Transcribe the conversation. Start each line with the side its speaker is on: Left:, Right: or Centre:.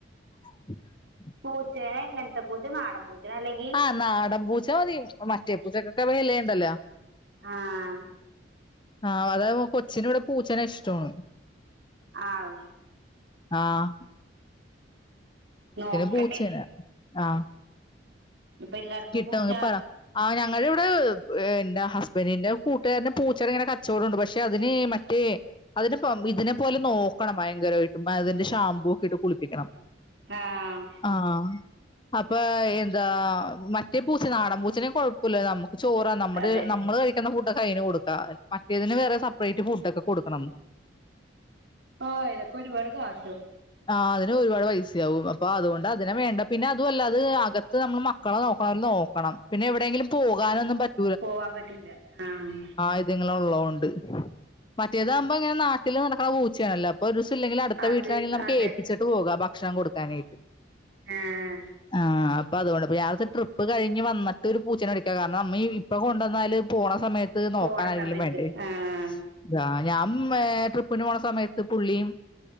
Left: <inaudible>
Right: പൂച്ചേനെ എങ്ങൻത്തെ പൂച്ച നാടൻ പൂച്ചെ അല്ലെങ്കി
Left: ആ നാടൻപൂച്ച മതി മറ്റേ പ്പൂച്ചക്കൊക്കെ വിലേണ്ടല്ലോ
Right: ആഹ്
Left: ആഹ് അതാ കൊച്ചിനു ഇവടെ പൂച്ചനെ ഇഷ്ടവാണ്
Right: ആണോ
Left: ആഹ്
Right: നോക്കട്ടെ
Left: പൂച്ചേനെ ആ
Right: ഇപ്പ എല്ലാട്ത്തും
Left: കിട്ടുമെങ്കിൽ
Right: പൂച്ച
Left: പറ ആ ഞങ്ങള് ഇവടേ ഇന്റെ ഹസ്ബന്റിന്റെ കൂട്ടുകാരന് പൂച്ചടെ ഇങ്ങന കച്ചോടണ്ട് പക്ഷെ അതിന് മറ്റെ അതിനെ <unintelligible> പോലെ നോക്കണം ഭയങ്കരമായിട്ടും അതിന്റെ ഷാംമ്പൂ ഒക്കെ ഇട്ട് കുളിപ്പിക്കണം
Right: ആഹ്
Left: അഹ് അപ്പൊ എന്താ മറ്റെ പൂച്ച നാടൻ പൂച്ചെനെ കൊഴപ്പല്ല നമുക്ക് ചോറാ നമ്മള്
Right: അതെ
Left: നമ്മള് കഴിക്കുന്ന ഫുഡൊക്കെ അതിന് കൊടുക്കാ മറ്റേതിന് വേറെ സെപ്പറേറ്റ് ഫുഡ് ഒക്കെ കൊടുക്കണം
Right: ആഹ് അയ്നൊക്കെ ഒരുപാട് കാശാവും
Left: ആഹ് അതിന് ഒരുപാട് പൈസയാവും അപ്പൊ അതുകൊണ്ട് അതിനെ വേണ്ട പിന്നെ അതുവല്ല അത് അകത്ത് നമ്മൾ മ മക്കളെ നോക്കണപോലെ നോക്കണം പിന്നെ എവിടെങ്കിലും പോകാനൊന്നും പറ്റ
Right: പോവാൻ പറ്റില്ല ആഹ്
Left: ആഹ് ഇത്ങ്ങൾ ഒള്ളോണ്ട് മറ്റേതാവുമ്പോ ഇങ്ങനെ നാട്ടിൽ നടക്കണ പൂച്ചയാണല്ലോ ഒരുവസ ഇല്ലെങ്കിലും അടുത്ത
Right: അത്
Left: വീട്ടിലാണെങ്കില് നമു
Right: അതെ
Left: ച്ചിട്ട് പോകാം ഭക്ഷണം കൊടുക്കാനായിട്ട്
Right: ആഹ്
Left: ആഹ് അപ്പൊ അതോണ്ടിപ്പ രാവിലത്തെ ട്രിപ്പ് കഴിഞ്ഞ് വന്നിട്ട് ഒരു പൂച്ചേനെ വേടിക്കാം കാരണം നമ്മ ഈ ഇപ്പ കൊണ്ട് വന്നാല് പോണ സമയ ഇത് നോക്കാനാരെങ്കിലും
Right: പോണ സമയത്ത്
Left: വേണ്ടേ
Right: ആഹ്
Left: രാ ഞമ്മേ ട്രിപ്പിന് പോണ സമയത്ത് പുള്ളിയും